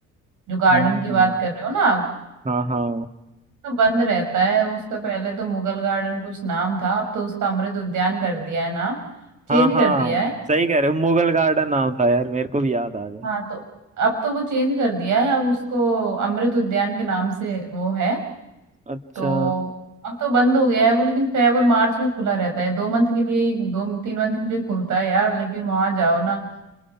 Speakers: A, on the right; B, on the right.
A: जो गार्डन
B: हम्म
A: की बात कर रहे हो ना आप
B: हाँ हाँ
A: तो बंद रहता है उसका पहले तो मुगल गार्डन कुछ नाम था अब तो उसका अमृत उद्यान कर दिया है नाम चेंज
B: हाँ हाँ
A: कर दिया है
B: सही कह रहे हो मुगल गार्डन नाम था यार मेरे को भी याद आ गया
A: हाँ तो अब तो वो चेंज कर दिया है अब उसको अमृत उद्यान के नाम से वो है
B: अच्छा
A: तो अब तो बंद हो गया है वो लेकिन फेब और मार्च में खुला रहता है दो मंथ के लिए ही- दो तीन मंथ के लिए खुलता है यार लेकिन वहां जाओ ना